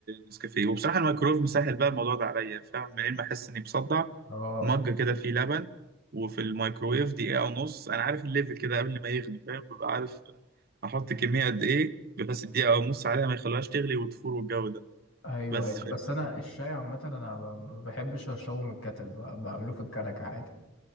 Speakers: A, on the right; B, on the left.
A: نسكافيه وبصراحه الميكرويف مسهل بقى الموضوع ده عليا فاهم منين ما احس اني مصدع
B: اه
A: مج كده فيه لبن وفي الميكرويف دقيقه ونص انا عارف الليفل كده قبل ما يغلي فاهم ببقى عارف احط كميه قد ايه بس الدقيقه ونص عليها ما يخلوهاش تغلي وتفور والجو ده
B: ايوه
A: بس
B: ايوه
A: فاهم
B: بس انا الشاي عامه انا ب- ما بحبش اشربه من الكتل ب- بعمله في الكنكه عادي